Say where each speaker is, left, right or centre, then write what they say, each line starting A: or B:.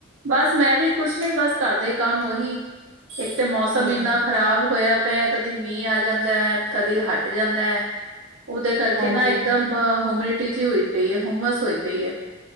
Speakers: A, on the right; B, on the right.
A: ਬਸ ਮੈਂ ਵੀ ਕੁਛ ਨ, ਬਸ ਕਰਦੇ ਕੰਮ ਉਹੀ, ਇੱਕ ਤੇ ਮੌਸਮ
B: ਸਵੇਰ
A: ਇੰਨਾ
B: ਦਾ
A: ਖ਼ਰਾਬ ਹੋਇਆ ਪ' ਕਦੀ ਮੀਂਹ ਆ ਜਾਂਦਾ ਹੈ, ਕਦੀ ਹਟ ਜਾਂਦਾ ਹੈ, ਉਹਦੇ ਕਰਕੇ
B: ਹਾਂਜੀ।
A: ਨਾ ਇੱਕਦਮ ਹਮਿਨਿਟੀ ਜਿ ਹੋਈ ਪਈ ਹੈ, ਹੂੰਮਸ ਹੋਈ ਪਈ ਹੈ।